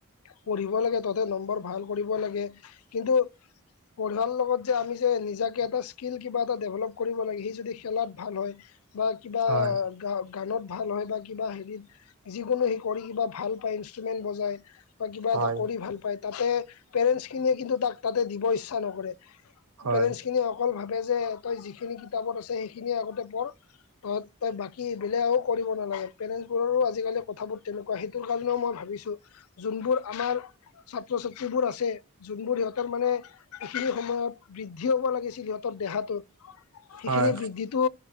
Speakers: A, on the left; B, on the right.
A: পঢ়িব লাগে। তহঁতে নম্বৰ ভাল কৰিব লাগে, কিন্তু পঢ়াৰ লগত যে আমি যে নিজাক এটা স্কিল কিবা এটা ডেভেলপ কৰিব লাগে সি যদি খেলাত ভাল হয় বা কিবা
B: হয়
A: কাম গানত ভাল হয় বা কিবা হেৰিত যিকোনো সি কৰি কিবা ভাল পায় ইনষ্ট্ৰমেণ্ট বজায়। বা কিবা
B: হয়
A: এটা কৰি ভাল পায় তাতে পেৰেণ্টছ খিনিয়ে কিন্তু তাক তাতে দিব ইচ্ছা নকৰে।
B: হয়
A: পেৰেন্স খিনিয়ে অকল ভাবে যে তই যিখিনি কিতাপত আছে সেইখিনিয়ে আগতে পঢ় তই তই বাকী বেলেগ আৰু কৰিব নালাগে পেৰেণ্টচ বোৰৰো আজিকালি কথাবোৰ তেনেকুৱা সেইটোৰ কাৰণেও মই ভাবিছোঁ। যোনবোৰ আমাৰ ছাত্ৰ ছাত্ৰীবোৰ আছে, যোনবোৰ সিহঁতৰ মানে এইখিনি সময়ত বৃদ্ধি হ'ব লাগিছিল সিহঁতৰ দেহাটোত সেইখিনি
B: হয়
A: বৃদ্ধিত টো